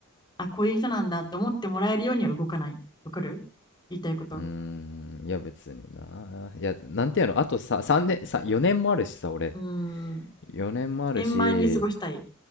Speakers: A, on the left (about 20°); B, on the left (about 55°).
A: あ、こういう人なんだって思ってもらえるようには動かない。わかる言いたいこと。
B: うーんいや別にないやなんてやろあとさ3年さ4年もあるしさ俺
A: うーん。
B: 4年もあるし
A: 円満に過ごしたい。